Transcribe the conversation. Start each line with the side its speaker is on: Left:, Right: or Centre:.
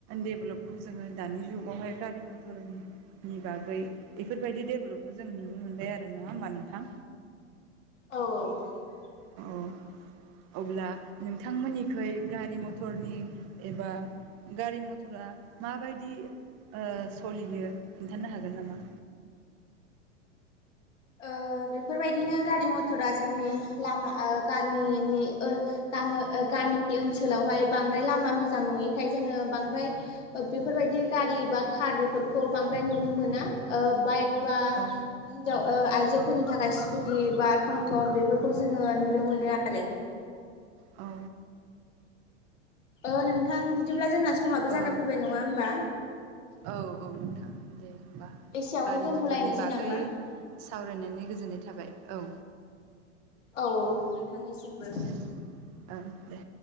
Right: डेभलपखौ जोंङो दानि जुगावहाय गारि मथरनि बागै इफोरबायदि डेभेलपखौ जों नुनो मोनबाय आरो नङा होमबा नोंथां?
Left: औ औ थारैनो।
Right: औ अब्ला नोंथांमोननिखै गारि मथरनि एबा गारि मथरा माबायदि ओ सलियो खिन्थानो हागोन नामा?
Left: ओ बेफोरबायदिनो गारि मथरा जोंनि लामा ओ गामिनि ओ गामो गामि ओनसोलावहाय बांद्राय लामा मोजां नुयिखाय जोङो बांद्राय बेफोरबायदि गारि बा खार बेफोरखौ बांद्राय नुनो मोना ओ बाइक बा
Right: औ
Left: हिन्जाव ओ आइजोफोरनि थाखाय स्कुटि बा थम थम बेफोरखौ जोङो नुनो मोनो आरो।
Right: औ।
Left: ओ नोंथां बिदिब्ला जोंना समाबो
Right: ओ
Left: जाना फैबाय नङा होमबा
Right: औ औ नोंथां। दे होमबा
Left: एसेयावनो
Right: गारि
Left: दोनथ'लायनोसै
Right: मथरनि बागै
Left: नामा
Right: सावरायनानै गोजोननाय थाबाय औ।
Left: औ औ नोंथांनिसिमबो।
Right: दे ओं दे।